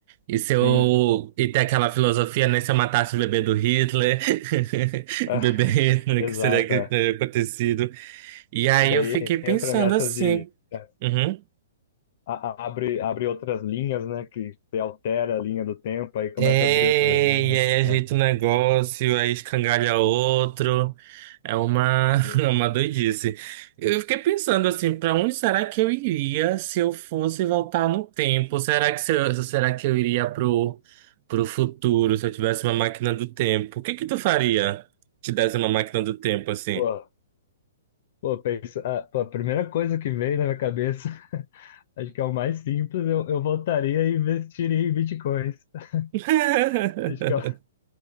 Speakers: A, on the right; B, on the left.
A: e se eu
B: Sim.
A: e tem aquela filosofia, né? Se eu matasse o bebê do Hitler, <laughs>
B: Ah,
A: o bebê
B: <laughs>
A: Hitler,
B: Exato,
A: o que seria que
B: é.
A: teria acontecido? E aí
B: E daí
A: eu fiquei pensando
B: entra nessas
A: assim,
B: de. é,
A: uhum.
B: a- a- abre, abre outras linhas, né? Que você altera a linha do tempo, aí começa
A: É,
B: a abrir outras linhas.
A: e aí ajeita
B: É,
A: um negócio, aí escangalha outro. É uma, <laughs>
B: sim.
A: é uma doidice. Eu fiquei pensando assim, pra onde será que eu iria se eu fosse voltar no tempo? Será que se eu- será que eu iria pro, pro futuro se eu tivesse uma máquina do tempo? O que que tu faria se te desse uma máquina do tempo assim?
B: Pô, pô, pensa, ah, pô, a primeira coisa que veio na minha cabeça. Acho que é o mais simples. Eu, eu voltaria e investiria em bitcoins. <laughs>
A: <laughs>
B: Acho que, é, o-